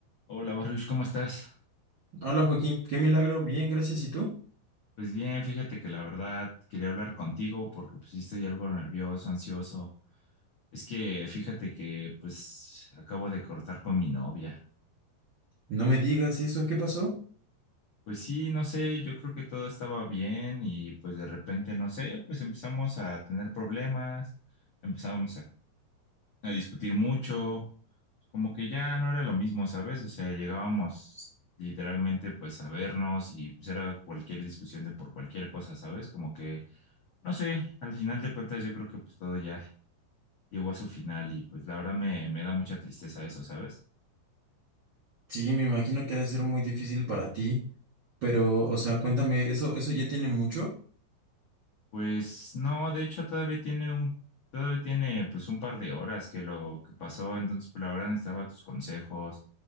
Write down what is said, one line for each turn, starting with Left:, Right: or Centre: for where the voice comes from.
Left: Hola Baruch, ¿cómo estás?
Right: Hola Joaquín, qué milagro, bien, gracias. ¿Y tú?
Left: Pues bien, fíjate que la verdad quería hablar contigo porque pues sí estoy algo nervioso, ansioso. Es que fíjate que pues acabo de cortar con mi novia.
Right: No me digas eso, ¿qué pasó?
Left: Pues sí, no sé, yo creo que todo estaba bien y pues de repente, no sé, pues empezamos a tener problemas, empezamos a, a discutir mucho, como que ya no era lo mismo, ¿sabes? O sea, llegábamos literalmente pues a vernos y pues era cualquier discusión de por cualquier cosa, ¿sabes? Como que No sé, al final de cuentas yo creo que pues todo ya llegó a su final y pues la verdad me, me da mucha tristeza eso, ¿sabes?
Right: Sí, me imagino que ha de ser muy difícil para ti, pero, o sea, cuéntame, ¿eso, eso ya tiene mucho?
Left: Pues no, de hecho todavía tiene un, todavía tiene pues un par de horas que lo que pasó, entonces pues, la verdad necesitaba tus consejos,